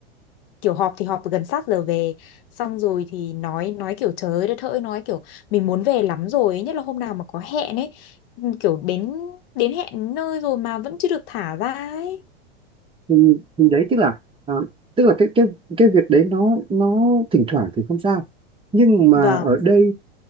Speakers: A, on the left (about 60°); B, on the right (about 15°).
A: kiểu họp thì họp gần sát giờ về xong rồi thì nói nói kiểu trời đất ơi nói kiểu mình muốn về lắm rồi ấy, nhất là hôm nào mà có hẹn ấy kiểu đến đến hẹn nơi rồi mà vẫn chưa được thả ra ấy.
B: Ừ, thì đấy tức là à, tức là cái cái cái việc đấy nó nó thỉnh thoảng thì không sao nhưng mà
A: Vâng,
B: ở đây